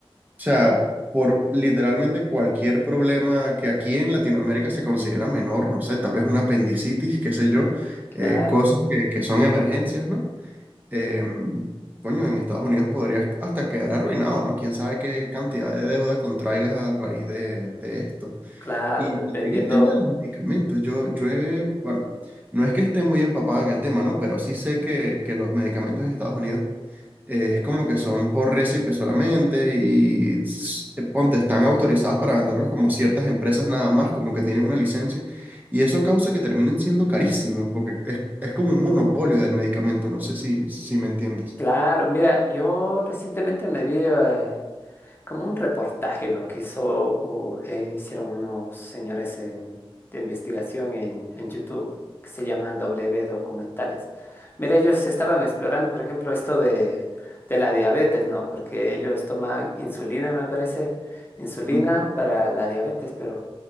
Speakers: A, on the right; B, on the left.
A: O sea, por literalmente cualquier problema que aquí en Latinoamérica se considera menor, no sé, tal vez una apendicitis, qué sé yo, eh,
B: Claro,
A: cosas que, que son emergencias, ¿no? Em, coño, en Estados Unidos podrías hasta quedar arruinado, ¿no? Quién sabe qué cantidad de deuda contraigas a raíz de, de esto.
B: claro,
A: Y
B: dependiendo.
A: también el tema de los medicamentos, yo, yo he- bueno, no es que esté muy empapado en el tema, ¿no? Pero sí sé que, que los medicamentos en Estados Unidos eh, es como que son por récipe solamente y s- eh, ponte, están autorizados para venderlos como ciertas empresas nada más, como que tienen una licencia. Y eso causa que terminen siendo carísimos, porque es, es como un monopolio del medicamento, no sé si, si me entiendes.
B: Claro, mira, yo recientemente me vi... eh, como un reportaje, ¿no? Que hizo, u- eh, hicieron unos señores en- de investigación en, en YouTube que se llaman W Documentales. Mira, ellos estaban explorando, por ejemplo, esto de, de la diabetes, ¿no? Porque ellos toman insulina, me parece, insulina
A: Ujú.
B: para la diabetes, pero